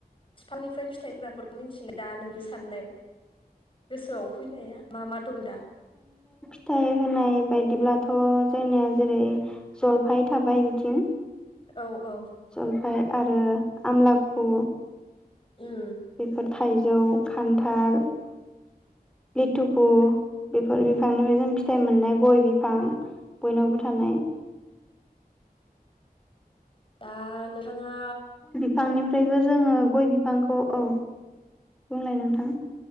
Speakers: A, on the left; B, in the centre.
A: बिफांनिफ्राय फिथाइ होग्राफोरखौ मिथिनो दा नोंनि साननायाव गोसोआव? फैनाया मा मा दं दा?
B: थाय होनाय बायदिब्लाथ' जोंनिया जेरै जलफाय थाबाय बिथिं
A: औ औ
B: जलफाय आरो आमलाखु
A: ओम।
B: बेफोर थाइजौ खान्थाल <inaudible> बेफोर <unintelligible> फिथाइ मोननाय गय बिफां बयनावबो थानाय
A: दा नों थाङा
B: फांनिफ्रायबो जोङो गय बिफांखौ औ बुंलाय नोंथां